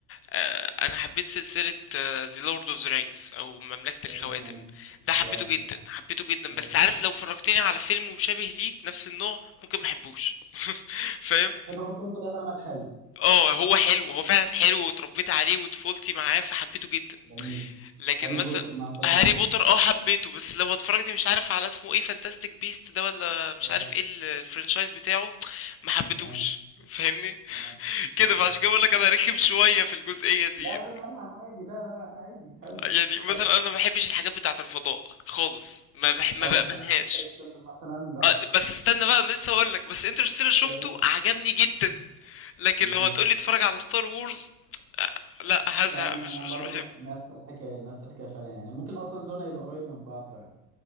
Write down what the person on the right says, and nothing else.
برضو
زي ما قلت.
حلو قوي
حلو
قوي
انا هو الفيلم ده اتعمل حلو
جميل
هاري
بوتر مثلا
تمام
تمام
تمام
تمام.
لا لا لا لا عادي لا لا لا عادي حلو
طيب
خالص
تمام انترستيلر مثلا لا
تمام
ماشي
فعلا
انا
برضو
نفس الحكايه نفس الحكايه فعلا يعني ممكن اصلا زون هيبقى قريب من بعض فعلا